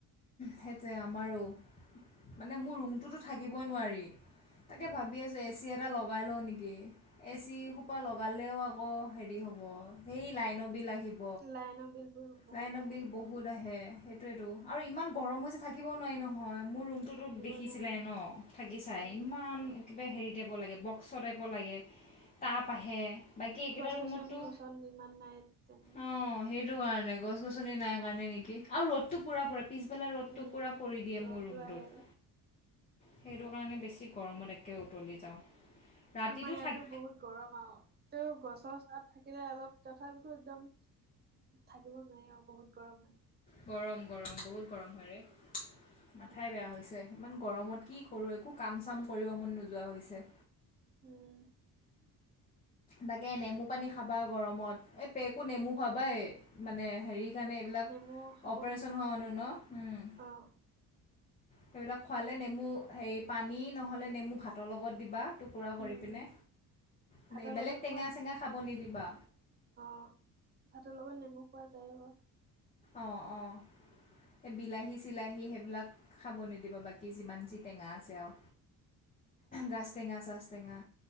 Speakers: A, on the left (about 20°); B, on the right (about 25°).
A: সেইটোৱে আমাৰো মানে মোৰ ৰুমটোতো থাকিবই নোৱাৰি। তাকে
B: উম,
A: ভাবি আছোঁ এ চি এটা লগাই লওঁ নেকি। এ চি সোপা লগালেও আকৌ হেৰি হ'ব সেই লাইন বিল আহিব।
B: লাইনৰ বিলবোৰ- বহুত
A: লাইনৰ
B: আহে
A: বিল
B: যে।
A: বহুত আহে সেইটোয়েতো, আৰু ইমান গৰম হৈছে থাকিব নোৱাৰি ন। হয় মোৰ
B: উম,
A: ৰুমটোতো
B: থাকিব
A: দেখিছিলাই
B: নোৱাৰি,
A: ন থাকিচাই,
B: উম,
A: ইমান- কিবা হেৰি টাইপ লাগে বক্সৰ টাইপ লাগে তাপ আহে। বাকী এইকেইটা
B: গছ
A: ৰুমতটো,
B: গছনিৰ ওচৰত ইমান নাই তেনেকে।
A: অঁ' সেইটো হয় গছ-গছনি নাই কাৰণে নেকি? আৰু ৰ'দটো পূৰা পৰে, পিছবেলা ৰ'দটো
B: উম,
A: পূৰা পৰি দিয়ে
B: ৰ'দটো
A: মোৰ ৰুমটোত।
B: আহে যে।
A: সেইটো কাৰণে বেছি গৰমত একে উতলি যাওঁ। ৰাতিটো
B: আমাৰ ইয়াতো
A: থাক
B: বহুত গৰম আও, তেও গছৰ চাত থাকিলে অলপ তথাপিতো একদম থাকিব নোৱাৰি আও বহুত গৰম মানে।
A: গৰম-গৰম বহুত গৰম হয় ৰে, মাথাই
B: উম।
A: বেয়া হৈছে ইমান গৰমত কি কৰো একো কাম-চাম কৰিব মন নোযোৱা হৈছে।
B: উম।
A: তাকে নেমু পানী খাবা গৰমত। এই পেকো
B: উম
A: নেমু খাবাই, মানে হেৰি কাৰণে এইবিলাক
B: মৌ খা
A: অপাৰেচন হোৱা মানুহ ন? উম।
B: অ'।
A: সেইবিলাক খোৱালে, নেমু হেৰি পানী নহ'লে নেমু ভাতৰ লগত দিবা টুকুৰা কৰি
B: উম
A: পিনে। এনে
B: ভাতৰ
A: বেলেগ
B: লগত
A: টেঙা-চেঙা খাব নিদিবা।
B: অঁ', ভাতৰ লগত নেমু খোৱা যায় বাৰু।
A: অ', অ', এই বিলাহী-চিলাহী সেইবিলাক খাব নিদিব বাকী যিমান যি টেঙা আছে আও,
B: উম
A: গাছ টেঙা চাছ টেঙা